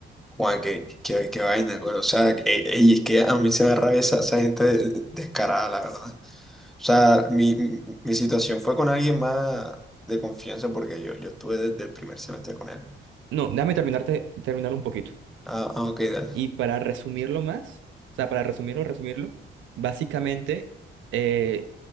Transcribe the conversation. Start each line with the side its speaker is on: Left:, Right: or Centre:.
Centre: Juan, qué, qué- qué vaina, güey. O sea, que- ey, es que a mí se me da rabia esa, esa gente de- descarada, la verdad. O sea, mi, mi, mi situación fue con alguien más de confianza porque yo, yo estuve desde el primer semestre con él.
Right: No, déjame terminarte, terminarlo un poquito.
Centre: Ah, ah, ok, dale.
Right: Y para resumirlo más, o sea, para resumirlo, resumirlo, básicamente, eh,